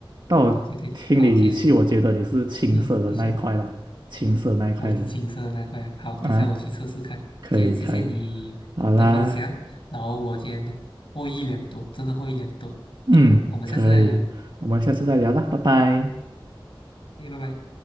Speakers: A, on the right; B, on the left.
A: 但我听你语气，
B: 对对对，好，今天
A: 我觉得你是青涩的那一块啦，
B: 嗯，你说
A: 青涩那一块人
B: 我是青色的那块啊，好，等下我去测试看。
A: 啊，可以可以，
B: 今天谢谢你的分享，
A: 好啦，
B: 然后我今天获益良多，真的获益良多。
A: 嗯，
B: 好，我们下次再聊，
A: 可以，我们下次再聊啦，拜拜。
B: 诶，拜拜。